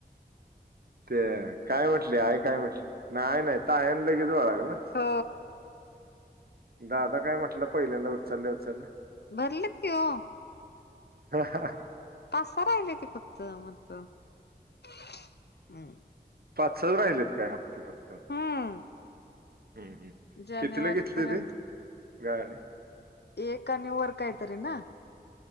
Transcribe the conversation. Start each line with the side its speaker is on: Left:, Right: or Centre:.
Right: ते काय म्हंटले आय काय म्हंटले नाहीय नाही ताई आहेन लगेच गोळा
Left: हो
Right: दादा काय म्हटलं पहिल्यांदा उचलल्या उचललं?
Left: भरलेत कि हो.
Right: हा हा!
Left: तसा राहिला ते फक्त मगत हम्!
Right: पाच सल राहिलेत काय हप्ते फक्त?
Left: हम्म
Right: हं हं
Left: जानेवारी
Right: कितीला घेतली
Left: पर्यंत
Right: होती गाडी?
Left: एक आणि वर काहीतरी ना?